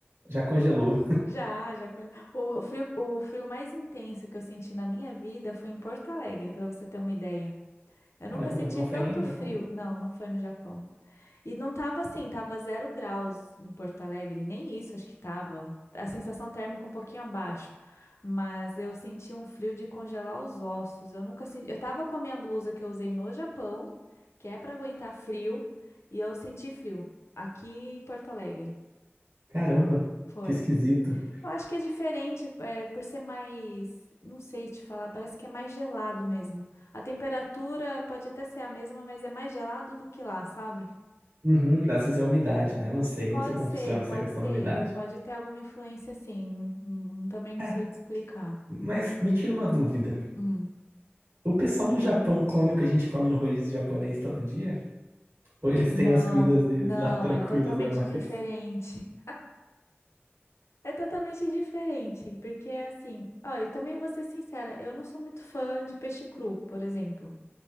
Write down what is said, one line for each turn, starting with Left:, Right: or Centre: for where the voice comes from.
Right: já congelou.
Left: Já, já. conge- O frio, o frio mais intenso que eu senti na minha vida foi em Porto Alegre, para você ter uma ideia. Eu
Right: Caramba,
Left: nunca senti
Right: não
Left: tanto
Right: foi nem no Japão.
Left: frio. Não, não foi no Japão. E não tava assim, tava zero graus em Porto Alegre, nem isso acho que tava. A sensação térmica um pouquinho abaixo. Mas eu senti um frio de congelar os ossos. Eu nunca senti. Eu tava com a minha blusa que eu usei no Japão, que é pra aguentar frio, e eu senti frio aqui em Porto Alegre.
Right: Caramba,
Left: Foi.
Right: que esquisito.
Left: Eu acho que é diferente, é, por ser mais, não sei te falar, parece que é mais gelado mesmo. A temperatura pode até ser a mesma, mas é mais gelado do que lá, sabe?
Right: Uhum, às vezes é umidade, né? Não sei,
Left: Pode
Right: não sei como
Left: ser,
Right: funciona essa
Left: pode
Right: questão
Left: ser,
Right: da umidade.
Left: pode ter alguma influência assim. hum, Também não
Right: Cara,
Left: sei te explicar.
Right: mas me tira uma dúvida.
Left: Hum.
Right: O pessoal no Japão come o que a gente come no rodízio japonês todo dia? Ou eles
Left: Não,
Right: têm as comidas deles
Left: não,
Right: lá <laughs> tranquilas,
Left: é totalmente
Right: normais?
Left: diferente. É totalmente diferente, porque é assim, ó, eu também vou ser sincera, eu não sou muito fã de peixe cru, por exemplo.